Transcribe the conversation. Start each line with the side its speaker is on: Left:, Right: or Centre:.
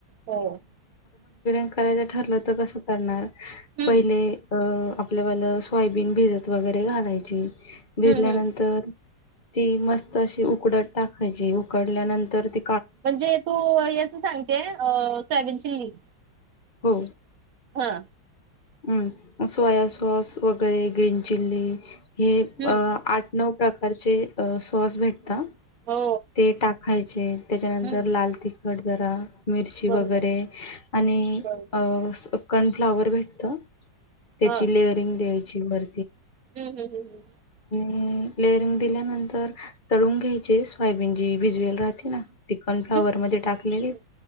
Right: हो.
Left: करायचं ठरलं तर कसं करणार
Right: हम्म
Left: पहिले अ आपल्या मला सोयाबीन भिजत वगैरे घालायची भिजल्यानंतर
Right: हम्म हम्म
Left: ती मस्त अशी उकडत टाकायची उकडल्यानंतर त
Right: म्हणजे तू याच सांगते सोयाबीन चिली
Left: हो
Right: हा
Left: हम्म सोया सॉस वगैरे ग्रीन चिली हे
Right: हम्म.
Left: आठ नऊ प्रकारचे सॉस भेटत
Right: हो.
Left: ते टाकायचे त्याच्यानंतर
Right: हम्म.
Left: लाल तिखट जरा मिरची
Right: बरोबर.
Left: वगैरे आणि
Right: बर
Left: कनफ्लावर भेटत त्याची
Right: हा
Left: लेअरिंग द्यायची मर
Right: हम्म हम्म हम्म हम्म
Left: लेअरिंग दिल्यानंतर तळून घ्यायचे स्यबीनजी भिजवेल राहते ना चिकन फ्लावर
Right: हम्म हम्म
Left: मध्ये
Right: हम्म.
Left: टाकलेली
Right: हम्म.